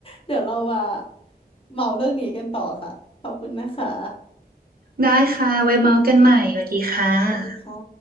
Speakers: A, on the left (about 35°); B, on the right (about 60°).
A: เดี๋ยวเรามาเมาเรื่องนี้กันต่อค่ะขอบคุณนะคะ
B: ได้ค่ะไว้เมาส์กันใหม่สวัสดีค่ะ
A: สวัสดีค่ะ